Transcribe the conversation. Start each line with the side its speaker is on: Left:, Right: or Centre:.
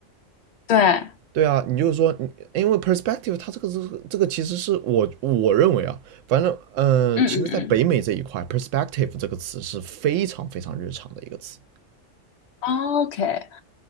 Left: 对，嗯
Right: 对啊，你就是说，你因为 perspective 它这个这个这个其实是我我认为啊，反正嗯、呃其实在北美这一块，perspective
Left: 嗯
Right: 这个词是非常非常日常的一个词。
Left: 嗯，OK，